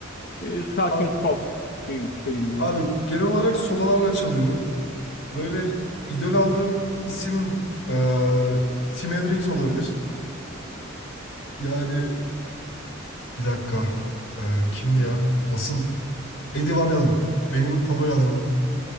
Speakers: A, on the left; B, on the left.
A: e, sakin
B: A-
A: soft bir şey mi
B: abi
A: var?
B: genel olarak sololarla çalıyorum. Böyle idol aldığım isim e, Tim Hendrix olabilir. Yani bir dakika. E, kimdi ya? Asıl Eddie Van Halen. Benim favori adamım.